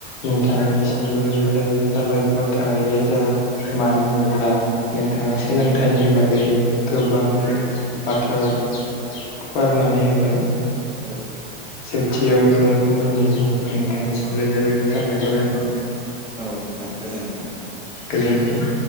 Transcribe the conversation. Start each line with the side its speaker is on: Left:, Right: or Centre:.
Left: नोंथांनिसिमबो रोजा रोजा साबायखर थाहैबाय जाहा मानो होनोब्ला नोंथाङा सोलोंथाइनि बागै गोबां बाथ्रा फुवारनानै होबाय
Centre: औ
Left: जोबथियाव बेखौनो बुंगोन दि नों नोंथांनिसिम रोजा रोजा साबायखर आरो ना
Centre: औ नोंथां गोजोन्थों
Left: गोजोनथों